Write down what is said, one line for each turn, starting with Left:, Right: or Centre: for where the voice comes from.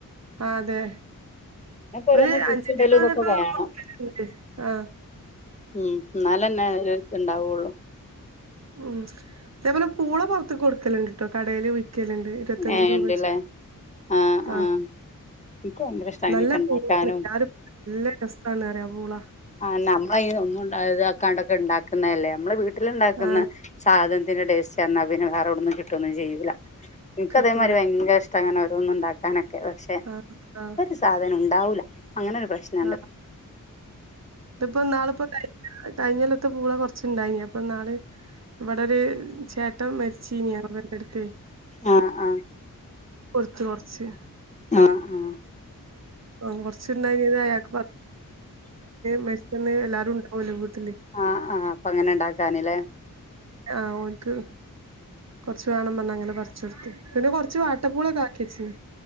Right: ആ അതെ
Left: ഓരോന്ന്
Right: ഒരു
Left: കുഴിച്ചിടലും
Right: അഞ്ച കിലോനൊക്കെ
Left: ഇതൊക്കെ വേണം
Right: കൊറത്തണ്ട് ആഹ
Left: ഉം എന്നാലന്നെ ഒരുത്ത് ഇണ്ടാവുള്ളു
Right: ഉം അതേപോലെ പൂള പൊറത്ത് കൊടുക്കലണ്ട്ട്ടോ കടൽ ലണ്ട് ഇരുപത്തഞ്ച്
Left: ഏഹ്
Right: രൂപ
Left: ഉണ്ടല്ലേ ആഹ്
Right: ആ
Left: ആഹ് എനിക്ക് ഭയങ്കര ഇഷ്ടാ അങ്ങനൊക്കെ
Right: നല്ല
Left: ഇണ്ടാക്കാനും
Right: പൂളാ ണ് ആരും നല്ല രസമാണ് അറിയ പൂള
Left: ആ നമ്മള ഒന്നും ഇതക്കാണ്ടക്കെ ഉണ്ടാക്കുന്നതല്ലേ നമ്മെ വീട്ടില ഉണ്ടാക്കുന്ന
Right: ആ
Left: സാധനം ഇതിന്റെ ടേസ്റ്റ് പിന്നെ വേറെവിടന്നും കിട്ടൊന്നും ചെയ്യില്ല എനക്ക്
Right: കിട്ടൂല
Left: അതേമാരി ഭയങ്കര ഇഷ്ട അങ്ങനെ ഓരോന്നും ഉണ്ടാക്കാനൊക്കെ പക്ഷെ
Right: ആഹ് ആഹ്
Left: ഒരു സാധനം ഉണ്ടാവൂല അങ്ങനെരു പ്രശ്നുണ്ട്
Right: ആഹ് ഇതിപ്പോ നാളിപ്പോ ക കഴഞ്ഞൽത്ത പൂള റച്ചണ്ടായി അപ്പ നാൾ ഇവിടെ ചേട്ട മരിച്ചീനിയ വന്റെടുത്ത
Left: ആഹ് ആഹ്
Right: കൊടുത്ത കൊറച്ച്
Left: ആഹ ആഹ
Right: ആ കൊറച്ചുണ്ടായി അയാൾക്ക് മരിച്ചന്ന് എല്ലാരും ഉണ്ടാവുംലീ
Left: ആഹ് ആഹ് അപ്പൊ അങ്ങനെ ഇണ്ടാക്കാനില്ലേ
Right: ആ ക്ക് കൊറച്ച് വേണം പറാ അങ്ങനെ പറിച്ച കൊടുത്ത് പിന്നെ കൊറച്ച് വാട്ടപ്പൂളൊക്കെ ആാക്കിച്ചന്